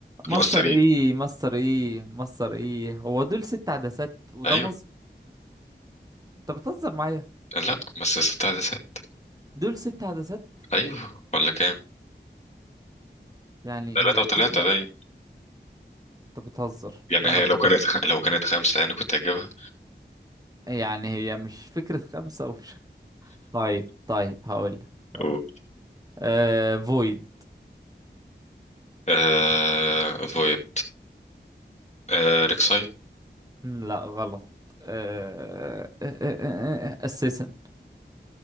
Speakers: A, on the right; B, on the left.
A: مصر
B: مصري
A: ايه مصر ايه مصر ايه هو دول ست عدسات وده
B: ايوه
A: مصر انت بتهزر معايا
B: لا بس ست عدسات
A: دول ست عدسات
B: ايوه ولا كام
A: يعني
B: ثلاثة
A: هي
B: وثلاثة
A: الفكرة
B: باين
A: انت بتهزر
B: يعني
A: فعلا
B: هي لو
A: بتهزر
B: كانت خ... لو كانت خمسة يعني كنت هجيبها
A: يعني هي مش فكرة خمسة ومش طيب طيب هقولك هقولك
B: قول.
A: آه... فويد
B: آه فويد آه ريكساي
A: مم، لا غلط أه... أه... أه... أه... آه، آه، اساسا